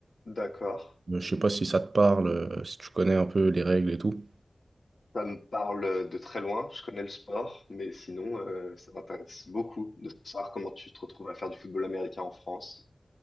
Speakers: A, on the left (about 80°); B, on the right (about 80°).
A: D'accord,
B: Euh, Je sais pas si ça te parle, euh, si tu connais un peu les règles et tout.
A: ça me parle de très loin. Je connais le sport, mais sinon euh, ça m'intéresse beaucoup de savoir comment tu te retrouves à faire du football américain en France.